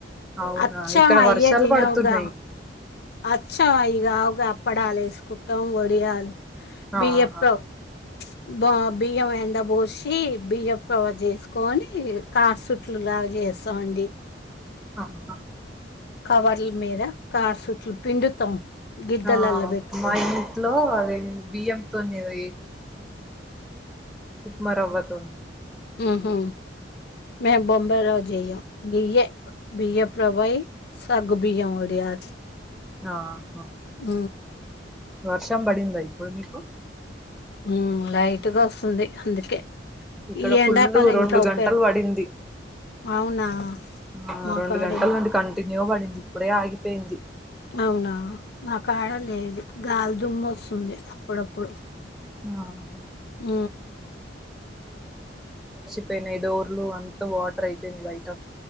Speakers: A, in the centre; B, on the left (about 60°).
A: అవునా
B: అచ్చం
A: ఇక్కడ
B: అయ్యే
A: వర్షాలు
B: దినవుగా
A: పడుతున్నాయి
B: అచ్చం అయగావుగా అప్పడాలే స్ కుట్టం వడియాలు బీయ్యప్రో
A: ఆహా
B: బా బియ్యం ఎండ బోషీ బియ్యం ప్రవ్వ చేసుకోనీ కార్ సుట్లు లాగా చేస్ దాండీ
A: ఆహ
B: కవర్ల మీద కార్ సుట్లు పిండుతం గిద్దలల్ల
A: ఆ
B: పెట్టుకొని
A: మా ఇంట్లో అదే బియ్యంతోని ఏదో ఉక్మ రవ్వతో
B: ఉహు మేము బొంబై రవ్వ జెయ్యం ఇయ్యే బియ్యపు రవ్వయి సగ్గుబియ్యం వడియాలు
A: ఆహ
B: ఊ
A: వర్షం బడిందా ఇప్పుడు మీకు
B: ఉం లైట్గా ఒస్తుంది అందుకే
A: ఇక్కడ
B: ఈ
A: ఫుల్
B: ఎండాకాలం
A: రెండు
B: ఇంకా
A: గంటలు
B: ఉపయోగ
A: బడింది
B: అవునా
A: ఆ
B: మా
A: రెండు
B: కాడ
A: గంటల
B: ఇం
A: నుండి కంటిన్యూ బడింది ఇప్పుడే ఆగిపోయింది
B: అవునా మా కాడ లేదు గాలిదుమ్ము ఒస్తుంది అప్పుడప్పుడు
A: ఆహ
B: ఊ
A: అయి పోయినయ్ డోర్లు అంతా వాటర్ అయిపోయినయ్ బైట